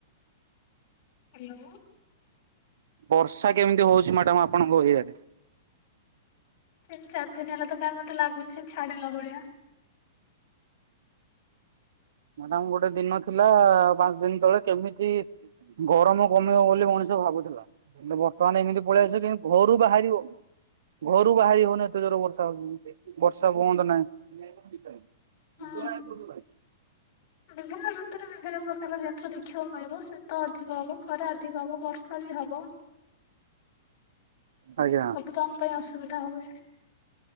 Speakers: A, on the left; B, on the right.
A: ହ୍ୟାଲୋ।
B: ବର୍ଷା କେମିତି ହଉଛି ମ୍ୟାଡାାମ ଆପଣଙ୍କ ଏରିଆରେ।
A: ତିନି ଚାରି ଦିନି ହେଲା ତ କାଇଁ ମୋତେ ଲାଗୁଛି ଛାଡ଼ିଲା ଭଳିଆ।
B: ମ୍ୟାଡ଼ାମ୍ ଗୋଟେ ଦିନ ଥିଲା ପାଞ୍ଚ ଦିନି ତଳେ କେମିତି ଗରମ କମିବ ବୋଲି ମଣିଷ ଭାବୁଥିଲା। କିନ୍ତୁ ବର୍ତ୍ତମାନ ଏମିତି ପଳେଇଆସିଚି କି କିନ୍ତୁ ଘରୁ ବାହାରିହଉନି। ଘରୁ ବାହାରି ହଉନି ଏତେ ଜୋର ବର୍ଷା ହଉଛି ବର୍ଷା ବନ୍ଦ ନାହିଁ। <unintelligible>
A: ହଁ ବିଭିନ୍ନ ଋତୁରେ ବିଭିନ୍ନ ପ୍ରକାର ଜିନିଷ ଦେଖିବାକୁ ମିଳିବ ଶୀତ ଅଧିକ ହେବ। ଖରା ଅଧିକ ହବ ବର୍ଷା ବି ହବ।
B: ଆଜ୍ଞା।
A: ସବୁ ତମ ପାଇଁ ଅସୁବିଧା ହୁଏ।